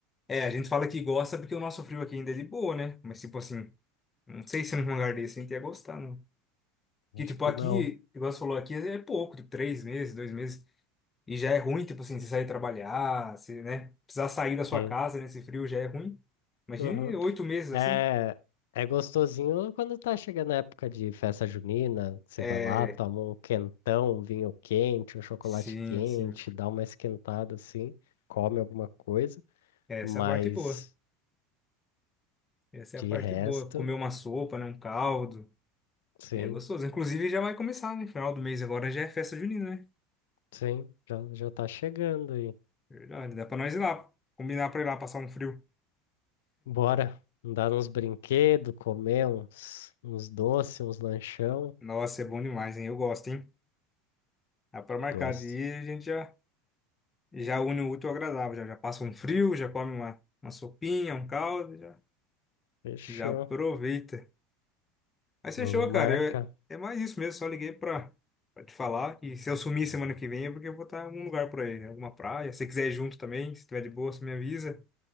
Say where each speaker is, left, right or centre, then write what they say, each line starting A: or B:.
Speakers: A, on the left; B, on the left.
A: É, a gente fala que gosta porque o nosso frio aqui ainda é de boa, né? Mas tipo assim, não sei se num lugar desse a gente ia gostar, não.
B: Acho
A: Que tipo
B: que
A: aqui,
B: não.
A: igual você falou aqui, é pouco, tipo três meses, dois meses. E já é ruim, tipo assim, você sair trabalhar, se, né? Precisar sair da sua
B: Sim.
A: casa nesse frio já é ruim. Imagine
B: Uhum.
A: oito meses assim.
B: É, é gostosinho quando tá chegando a época de festa junina, que você
A: É,
B: vai lá, toma um quentão, um vinho quente, um chocolate
A: sim,
B: quente,
A: sim.
B: dá uma esquentada assim, come alguma coisa,
A: Essa
B: mas
A: é a parte boa. Essa é
B: de
A: a parte
B: resto.
A: boa. Comer uma sopa, né? Um caldo.
B: Sim,
A: É gostoso. Inclusive já vai começar, né? Final do mês agora já é festa junina, né?
B: sim, já, já tá chegando aí.
A: Verdade. Dá pra nós ir lá. Combinar pra ir lá passar um frio.
B: Bora andar nos brinquedos, comer uns, uns doces, uns lanchão.
A: Nossa, é bom demais, hein? Eu gosto, hein? Dá pra marcar
B: Gosto.
A: de ir, a gente já, já une o útil ao agradável. Já, já passa um frio, já come uma, uma sopinha, um caldo, já,
B: Fechou.
A: já aproveita. Mas
B: Vamos
A: fechou,
B: marcar.
A: cara. Eu- é mais isso mesmo. Só liguei pra, pra te falar. E se eu sumir semana que vem é porque eu vou estar em algum lugar por aí, em alguma praia. Se você quiser ir junto também, se tiver de boa, você me avisa.